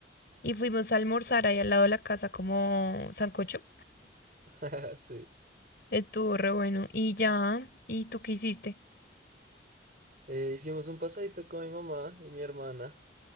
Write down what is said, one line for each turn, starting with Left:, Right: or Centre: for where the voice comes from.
Left: y fuimos a almorzar ahí al lado de la casa como sancocho.
Right: <laughs> Sí.
Left: Estuvo re bueno. Y ya, ¿y tú qué hiciste?
Right: Eh, hicimos un pasadito con mi mamá y mi hermana.